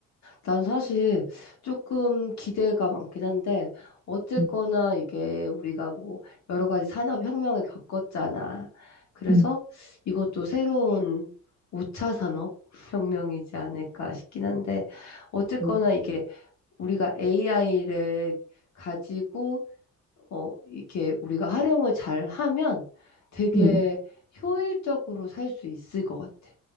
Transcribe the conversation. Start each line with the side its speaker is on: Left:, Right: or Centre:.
Left: 난 사실 조금 기대가 많긴 한데, 어쨌거나
Centre: 음,
Left: 이게 우리가 뭐 여러 가지 산업혁명을 겪었잖아. 그래서
Centre: 음,
Left: 이것도 새로운 5차 산업혁명이지 않을까 싶긴 한데, 어쨌거나
Centre: 음.
Left: 이게 우리가 AI를 가지고, 어, 이렇게 우리가 활용을 잘 하면 되게
Centre: 응,
Left: 효율적으로 살 수 있을 것 같아.